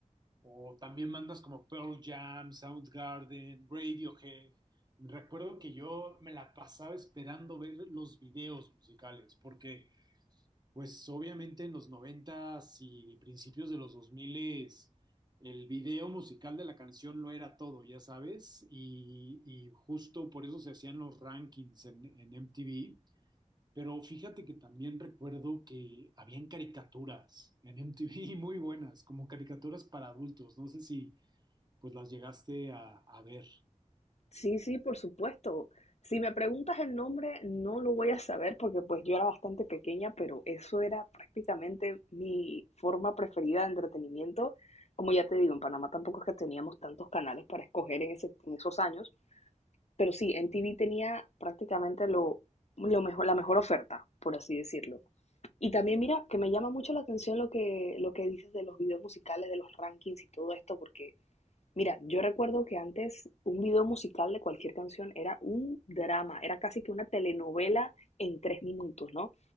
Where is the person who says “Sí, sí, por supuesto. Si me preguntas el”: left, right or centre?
Left